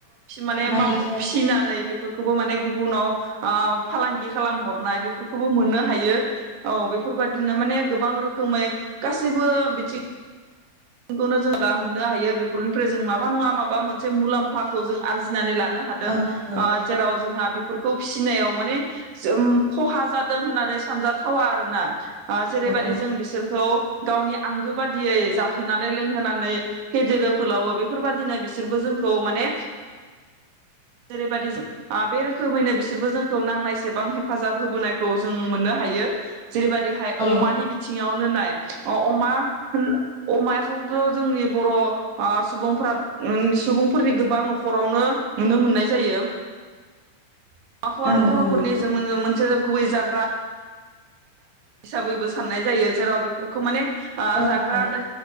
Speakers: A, on the right; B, on the right.
A: माने
B: नायनोसै आरो
A: फिसिनानै बेफोरखौबो माने गुबुनाव फालांगि खालाम हरनाय बेफोरखौबो मोननो हायो औ बेफोरबादिनो माने गोबां रोखोमै गासैबो बिथिं खौनो जोंब्ला मोननो हायो बेफोरनिफ्राय जों माबा नङा माबा मोनसे मुलाम्फाखौ जों आरजिनानै लानो हादों
B: औ औ
A: जेराव जोंहा बेफोरखौ फिसिनायाव माने जम खहा जादों होननानै सानजाथावा आरोना जेरैबायाददि
B: औ
A: जों बिसोरखौ गावनि आंगो बादियै जाहोनानै लोंहोनानै फेदेरो फोलावो बेफोरबायदिनो बिसोरबो जोंखौ माने जेरैबायदि बे रोखोमैनो बिसोरबो जोंखौ नांनायसेबां हेफाजाब होबोनायखौ जों मोननो हायो जेरैबायदिहाय
B: औ
A: अमानि
B: औ
A: बिथिङावनो नाय अ अमा अमाखौथ' जोंनि बर' सुबुंफोरा ओम‌ सुबुंफोरनि गोबां न'खरावनो नुनो मोननाय जायो अमाखौ
B: ओं
A: आरो बर'फोरनि
B: ओं नंगौ
A: जों
B: औ
A: मोनसे गुबै जाग्रा हिसाबैबो साननाय जायो जेराव बेफोरखौ माने आ
B: औ
A: जाख्रा
B: औ
A: आदा